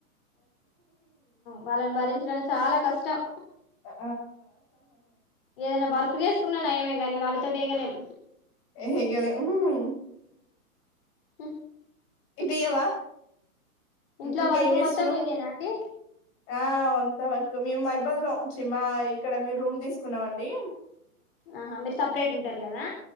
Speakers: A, on the left; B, on the left.
A: వాళ్ళని భరించ చాలా కష్టం
B: ఆ
A: ఏదైనా వర్క్ చేసుకున్నా న ఏమే కాగాని వాళ్ళతో వేయగలేం
B: తేగలేము
A: హ
B: ఇటీయవ
A: ఇంట్లో
B: ఇంకేం
A: వర్క్
B: చేస్తున్నావు
A: మొత్తం మీదేనా అండి
B: ఆ అంత వరకు మేము మైబాద్ లోచ్చి మా ఇక్కడ మేము రూమ్ తీసుకున్నామండి
A: ఆహా మీరు సపరేట్ ఉంటారు కదా